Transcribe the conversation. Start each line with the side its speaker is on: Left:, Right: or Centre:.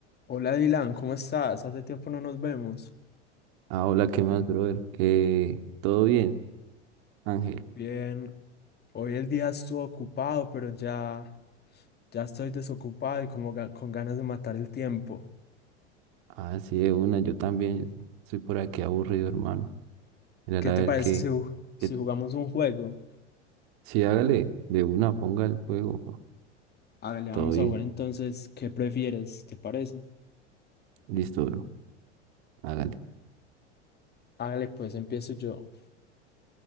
Left: Hola Dylan, ¿cómo estás? Hace tiempo no nos vemos.
Right: Ah, hola, ¿qué más, brother? ¿Qué? ¿Todo bien, Ángel?
Left: Bien, hoy el día estuvo ocupado, pero ya, ya estoy desocupado y como ga- con ganas de matar el tiempo.
Right: Ah, sí, de una, yo también. Soy por aquí aburrido, hermano. Mirar
Left: ¿Qué
Right: a
Left: te
Right: ver
Left: parece
Right: qué,
Left: si, ju- si
Right: qué.
Left: jugamos un juego?
Right: Sí, hágale, de una, ponga el juego. bro.
Left: Hágale, vamos
Right: Todo bien,
Left: a jugar entonces. ¿Qué prefieres? ¿Te parece?
Right: listo, bro. Hágale.
Left: Hágale, pues empiezo yo.